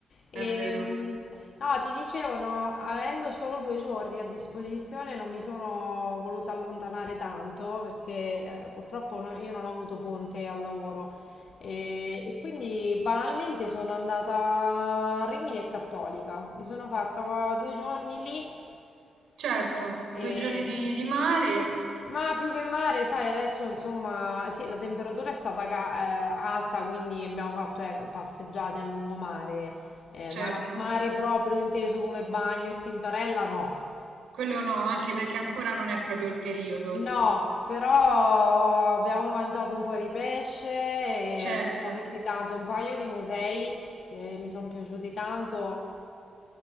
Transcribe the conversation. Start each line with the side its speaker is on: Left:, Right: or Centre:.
Left: E,
Right: è vero.
Left: mh, no, ti dicevano, avendo solo due giorni a disposizione, non mi sono voluta allontanare tanto perché eh, purtroppo no- io non ho avuto ponte al lavoro. E, e quindi banalmente sono andata a Rimini e Cattolica. Mi sono fatta due giorni lì.
Right: Certo, due
Left: E...
Right: giorni di, di mare,
Left: Ma più che mare, sai, adesso insomma, sì, la temperatura è stata ca- eh, alta, quindi abbiamo fatto ecco, passeggiate a lungomare, eh,
Right: certo.
Left: mare, mare proprio inteso come bagno e tintorella, no.
Right: Quello no, anche perché ancora non è proprio il periodo.
Left: No, però abbiamo mangiato un po' di pesce e
Right: Certo,
Left: abbiamo visitato un paio di musei che mi sono piaciuti tanto.